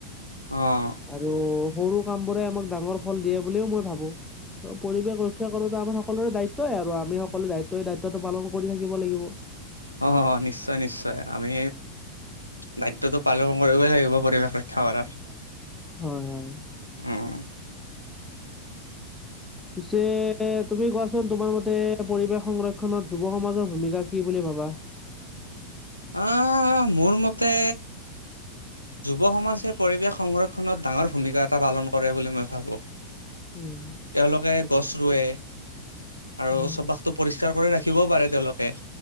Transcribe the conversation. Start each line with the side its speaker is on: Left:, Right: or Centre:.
Left: অঁ।
Centre: আৰু সৰু কাম বোৰে আমাক ডাঙৰ ফল দিয়ে বুলিও মই ভাবো। ত' পৰিৱেশ ৰক্ষা কৰাতো আমাৰ সকলোৰে দায়িত্বেই আৰু আমি সকলো দায়িত্ব দায়িত্বটো পালন কৰি থাকিব লাগিব।
Left: অ' নিশ্চয় নিশ্চয় আমি দায়িত্বটো পালন কৰিবই লাগিব পৰিৱেশ ৰক্ষা কৰাৰ।
Centre: হয় হয়।
Left: উম।
Centre: পিছে তুমি কোৱাচোন, তোমাৰ মতে পৰিৱেশ সংৰক্ষণত যুৱ সমাজৰ ভূমিকা কি বুলি ভাবা?
Left: আহ মোৰ মতে যুৱ সমাজে পৰিৱেশ সংৰক্ষণত ডাঙৰ ভূমিকা এটা পালন কৰে বুলি মই ভাবো।
Centre: উম।
Left: তেওঁলোকে গছ ৰুৱে আৰু
Centre: হয়,
Left: চৌপাশ টো পৰিষ্কাৰ কৰি ৰাখিবও পাৰে। তেওঁলোকে